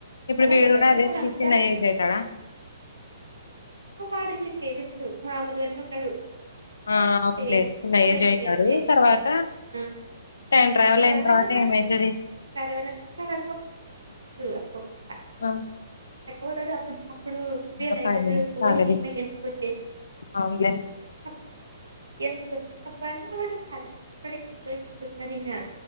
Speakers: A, on the left (about 65°); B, on the right (about 70°).
A: ఇప్పుడు
B: అట్లా
A: వీళ్ళ
B: పోతాడు
A: కూడా అదే
B: సడన్గా
A: తీసి నై ఏజ్ అవుతాడా
B: వాడు చిన్న ఏజ్ ఉండడు మామూలుగానే ఉంటాడు
A: ఆ అవునులే
B: సేమ్ ట్వంటీ
A: ఏజ్ అయితడు
B: ఇయర్సే
A: తర్వాత
B: ఆ
A: టైం ట్రావెల్
B: తర్వాత
A: అయిన
B: <unintelligible>
A: ఏమవుతుంది
B: వాళ్ళ కలుతాడు అనుకోకున్నా
A: ఆ
B: అలాగా అప్పుడు
A: ఇంకా
B: రియలైజ్
A: ఫైవ్
B: అవుతాడు
A: మినిట్స్
B: ఓ
A: కావాలి
B: నేను ఇట్లా వెనక్కి వచ్చేసినానని
A: ఆ <unintelligible>
B: అప్పుడు ఎందుకు వచ్చిన అబ్బా అని వాడు ఆలోచిస్తడు ఎందుక ఎందుకనిగా